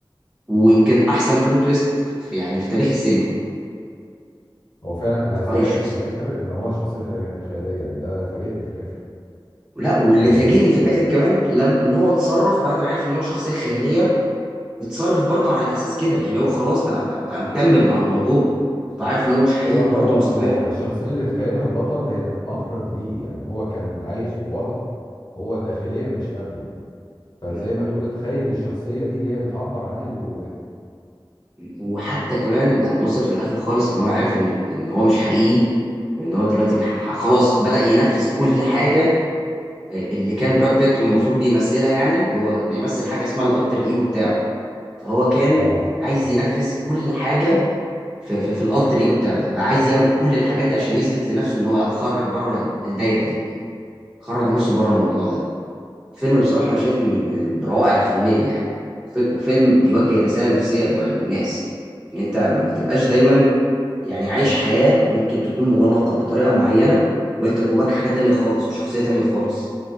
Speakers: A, on the right (about 15°); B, on the left (about 50°).
A: ويمكن احسن بلوت تويست في يعني في تاريخ السينما
B: هو فعلا انا
A: في
B: اتفاجأت
A: رايي الشخصي
B: في الاخر ان هو شخصية خيال- خيالية يعني ده فاجئني في الاخر
A: لا واللي
B: وهو
A: فاجئني في الاخر كمان لما ان هو اتصرف بعد ما عرف ان هو شخصيه خياليه اتصرف برضه على اساس كده يعني هو خلاص بقى بقى, بقى مكمل مع الموضوع فعارف ان هو مش حقيقي
B: هو
A: وبرضه مستمر
B: هو الشخصية اللي اتخيلها البطل هي كانت مخرج ليه يعني هو كان عايش بوضع هو داخليا مش قابله فزي
A: م-
B: ما تقول تخيل الشخصية دي اللي هي بتعبر عن اللي جواه
A: م- وحتى كمان لما وصل في الاخر خالص ان هو عارف ان ان هو مش حقيقي وان هو دلوقتي بيح... خلاص بدأ ينفذ كل حاجه آه، اللي كان براد بيت المفروض بيمثلها يعني هو بيمثل حاجه اسمها الالتر ايجو بتاعه فهو كان
B: اه
A: عايز ينفذ كل حاجه في في, في الالتر ايجو بتاعه ده بقى عايز يعمل كل الحاجات دي عشان يثبت لنفسه ان هو لا خرج بره ال- الدايره دي خرج نفسه بره الموضوع ده فيلم بصراحه انا شايف من من الروائع الفنيه يعني وفي- وفيلم بيوجه رساله نفسيه للو- للناس ان انت ما تبقاش دايما يعني عايش حياه ممكن تكون مغلقه بطريقه معينه وانت جواك حاجه تانية خالص وشخصيه تانية خالص